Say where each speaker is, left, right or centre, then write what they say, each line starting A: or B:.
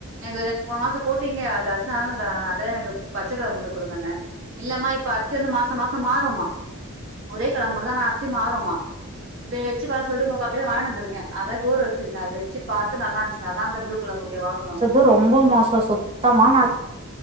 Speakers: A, on the right; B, on the right.
A: எங்களுக் போன மாசோ போட்டீங்க அந்த அரிசி வேணா இந்த வாட்டோ எனக்கு பச்சக்கலர் மூட்ட குடுங்கன்னே இல்லம்மா இப்ப அரிசி வந்து மாசோ மாசோ மாறும்மா ஒரே கலர் மூட்டதா ஆனா அரிசி மாறும்மா இத வச்சு பாக்க சொல்ட்டு முக்கா கிலோ வாங்கினு வந்துருக்கே அதா இப்போ ஊற வச்சிருக்கே அத வச்சு பாத்து நல்லா இருந்துச்சுனாதா அந்த புளூ கலர் மூட்டைய வாங்கணு
B: அது ரொம்ப மோசோ சுத்தமா நா